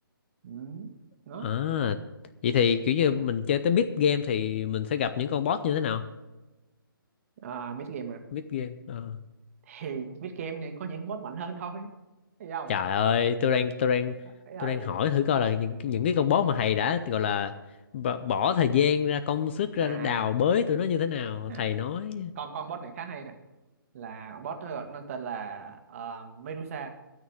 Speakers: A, on the right; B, on the left.
A: ừ. nó
B: À, vậy thì kiểu như mình chơi tới mid game thì mình sẽ gặp những con boss như thế nào?
A: à, mid game à
B: Mid game. À.
A: thì mid game này có những boss mạnh hơn thôi thấy không
B: Trời ơi, tôi đang tôi đang
A: thấy thôi
B: tôi đang
A: gì
B: hỏi thử coi là những những cái con boss mà thầy đã gọi là b- bỏ thời gian ra công sức ra
A: à,
B: để đào bới tụi nó như thế nào,
A: à
B: thầy nói.
A: con con boss này khá hay nè là boss nó, gọi- nó tên là ờ, Medusa